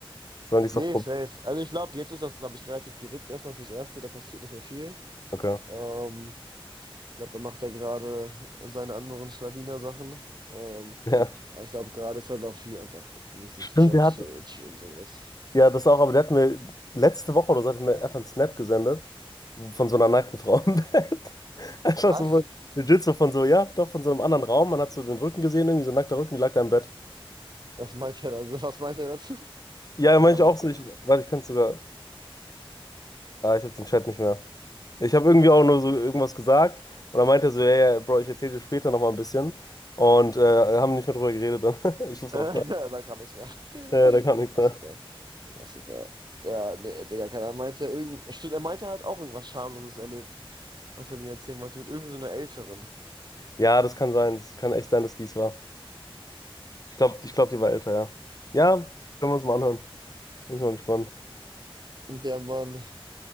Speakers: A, on the left; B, on the right.
A: Sollen die es
B: Nee,
A: doch probieren?
B: safe. Also ich glaube, jetzt ist das, glaube ich, relativ geritzt erstmal fürs Erste, da passiert nicht mehr viel.
A: Okay.
B: Ähm, ich glaube, er macht da gerade seine anderen Schlawiner-Sachen. Ähm,
A: Ja.
B: aber ich glaube, gerade ist halt auch viel einfach mäßig
A: Stimmt,
B: Job-Search
A: der hat,
B: und sowas.
A: ja, das auch, aber der hat mir letzte Woche oder so hat er mir einfach einen Snap gesendet von so einer nackten Frau im Bett. <laughs> Einfach
B: Was?
A: so von, legit so von so, ja, doch von so einem anderen Raum. Man hat so den Rücken gesehen, irgendwie so ein nackter Rücken, die lag da im Bett.
B: Was meint er da was meint er dazu?
A: Ja, meine
B: Einfach
A: ich auch
B: so.
A: so, ich, warte, ich kann es sogar. Ah, ich habe den Chat nicht mehr. Ich habe irgendwie auch nur so irgendwas gesagt und dann meinte er so, ja, ja, Bro, ich erzähle dir später nochmal ein bisschen und äh, haben nicht mehr drüber geredet dann. <laughs> Ich muss
B: Äh,
A: mal fragen.
B: <laughs> Da kam nichts mehr.
A: Ja, da kam nichts
B: Klassiker,
A: mehr.
B: Klassiker. Ja, ne, Digga, keiner meinte irgend, stimmt, er meinte, er hat auch irgendwas Schamloses erlebt, was er mir erzählen wollte, mit irgend so einer Älteren.
A: Ja, das kann sein. Das kann echt sein, dass dies war. Ich glaube, ich glaub, die war älter, ja. Ja, können wir uns mal anhören. Bin ich mal gespannt.
B: Und der Mann,